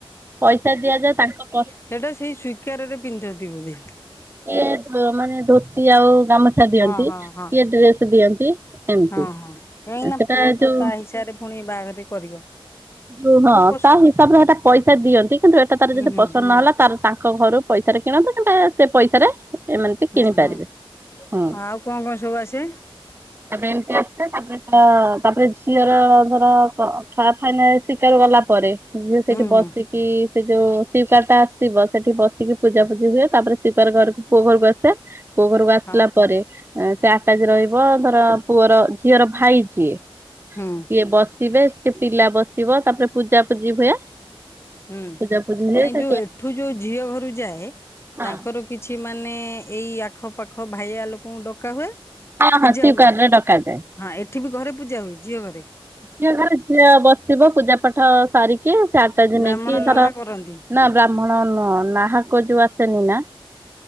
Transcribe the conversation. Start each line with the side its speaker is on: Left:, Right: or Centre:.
Right: ପଇସା ଦିଆଯାଏ ତାଙ୍କ ପଶ
Left: ସେଇଟା ସେଇ ସ୍ୱୀକାରରେ ପିନ୍ଧନ୍ତି ବୋଲି।
Right: ଇଏ ମାନେ ଧୋତି ଆଉ ଗାମୁଛା ଦିଅନ୍ତି
Left: ହଁ ହଁ
Right: କିଏ
Left: ହଁ
Right: ଡ୍ରେସ ଦିଅନ୍ତି ଏମିତି
Left: ହଁ ହଁ କାହିଁକି
Right: ସେଟା
Left: ନା ପୁଅ ତ
Right: ଯୋଉ
Left: ତା ହିସାବରେ ପୁଣି ବାହାଘରେ କରିବ।
Right: ଯୋଉ ହଁ
Left: ହୁଁ ହୁଁ
Right: ତା ହିସାବରେ ସେଇଟା ପଇସା ଦିଅନ୍ତି କିନ୍ତୁ ଏଇଟା ତାର ଯଦି
Left: ହୁଁ
Right: ପସନ୍ଦ ନହେଲା ତାର ତା ଙ୍କ ଘରୁ ପଇସାରେ କିଣନ୍ତୁ କିମ୍ବା ସେ ପଇସାରେ ଏମାନେ ବି
Left: ହୁଁ
Right: କିଣିପାରିବେ
Left: ହୁଁ
Right: ହୁଁ।
Left: ଆଉ କଣ କଣ ସବୁ ଆସେ?
Right: ତାପରେ ଏମତି <unintelligible> ତାପରେ ତା ଝିଅର ଧର <unintelligible> ହାଇ <unintelligible> ଶିକାର ଗଲା ପରେ ଝିଅ ସେଇଠି
Left: ହୁଁ
Right: ବସିକି
Left: ହୁଁ
Right: କି ସେ ଯୋଉ ଶିକ୍ଵାର ଟା ଆସଥିବ ସେଠି ବସିକି ପୂଜାପୂଜି ହୁଏ ତାପରେ ଶିିକ୍ଵାର ଧରିକି ପୁଅ ଘରକୁ ଆସେ ପୁଅ ଘରକୁ ଆସିଲା
Left: ହଁ
Right: ପରେ ସେ ଆଟାଜ ରହିବ ଧର ପୁଅର ଝିଅର ଭାଇ ଯିଏ।
Left: ହଁ।
Right: ସିଏ ବସିବେ ସେ ପିଲା ବସିବ ତାପରେ ପୂଜା ପୂଜି ହୁଏ।
Left: ହୁଁ
Right: ପୂଜା ପୂଜି ହୁଏ
Left: ନାଇଁ
Right: ସେ
Left: ଯେଉଁ ଏଠୁ ଯେଉ ଝିଅ ଘରୁ ଯାଏ
Right: ହଁ
Left: ତାଙ୍କର କିଛି ମାନେ ଏଇ ଆଖପାଖ ଭାଇଆ ଲୋକଙ୍କୁ ଡକା ହୁଏ।
Right: ହଁ
Left: ପୂଜା
Right: ହଁ ସକାର
Left: ହୁଏ
Right: ଡକାାଯାଏ <inaudible>
Left: ହଁ ଏଠି ବି ଘରେ ପୂଜା ହୁଏ ଝିଅ ଘରେ।
Right: ଝିଅ ଘରେ ଝିଅ ବସିବ ପୂଜା ପାଠ ସାରିକି ଚାରଟାଜ
Left: ବ୍ରାହ୍ମଣ
Right: ନେଇକି
Left: ନନା
Right: ତାର।
Left: କରନ୍ତି।
Right: ନା ବ୍ରାହ୍ମଣ ନୁହଁ ନାହାକ ଯୋଉ ଆସେନି ନା?